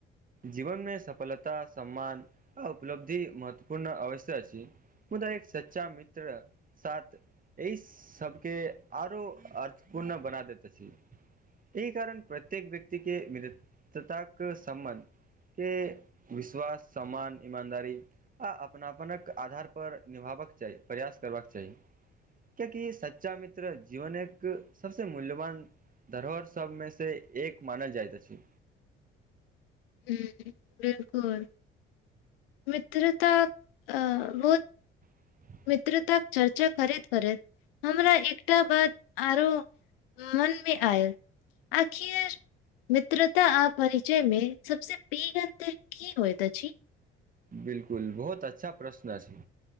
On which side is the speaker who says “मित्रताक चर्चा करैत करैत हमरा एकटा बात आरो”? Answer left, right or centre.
Left